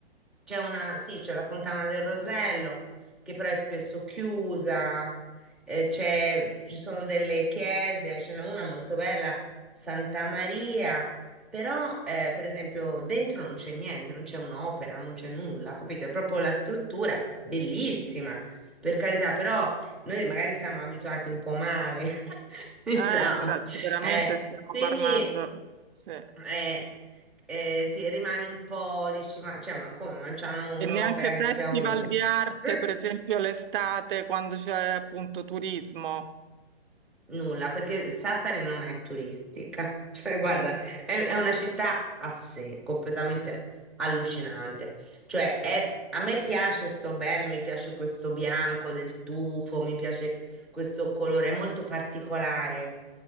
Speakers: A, in the centre; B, on the right.
A: c'è una, sì, c'è la Fontana del Rosello, che però è spesso chiusa, eh, c'è- ci sono delle chiese, ce n'è una molto bella, Santa Maria, però eh, per esempio dentro non c'è niente, non c'è un'opera, non c'è nulla, capito? È proprio la struttura, bellissima, per carità, però noi magari siamo abituati un po' male, <laughs> diciamo.
B: Eh, da- veramente
A: eh,
B: stiamo
A: quindi
B: parlando, sì. E
A: eh, eh, ti rimani un po', dici, ma, cioè, ma come, ma c'hanno un'opera
B: neanche
A: che
B: festival
A: sia una?
B: di arte,
A: <laughs>
B: per esempio l'estate, quando c'è appunto turismo.
A: Nulla, perché Sassari non è turistica, <laughs> cioè guarda,
B: Mm,
A: è, è una città a sé, completamente allucinante. Cioè, è- a me piace, sto bene, mi piace questo bianco del tufo, mi piace questo colore, è molto particolare,